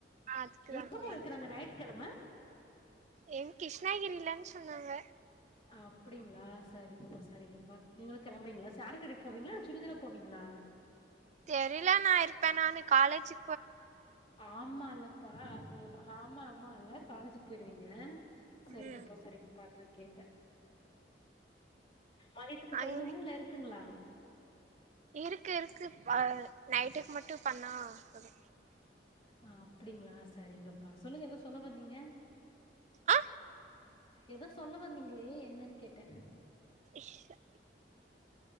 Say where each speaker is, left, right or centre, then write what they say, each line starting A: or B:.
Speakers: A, on the right; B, on the left.
A: அதுக்குதான்
B: எங்கப்பா
A: போலான்னு
B: வைக்கிறாங்க நாயித்துக்கெழம
A: என் கிருஷ்ணாகிரிலன் சொன்னாங்க
B: ஆ அப்டிங்களா சரிங்கப்பா நீங்களு கெளம்புறீங்களா கட்டிட்டு போவீங்களா சுடிதால போவீங்களா
A: தெரிய்ல நா இருப்பேனானு காலேஜு
B: ஆமால்லப்பா அத்னால்தா ஆமா ஆமா இல்ல காலேஜுக்கு போய்ருவீங்க சரிங்கப்பா
A: ம்
B: சரிங்கப்பா அதா கேட்ட மதியத்துக்கு
A: அங்க
B: செய்ணுமா இல்ல இருக்குங்களா
A: இருக்கு இருக்கு ப நைட்டுக்கு மட்டு பண்ணா போதூ
B: ஆ அப்டிங்களா சரிங்கப்பா சொல்லுங்க எதோ சொல்ல வந்தீங்க
A: ஆ
B: ஏதோ சொல்ல வந்தீங்களே என்னன் கேட்ட
A: ஷ்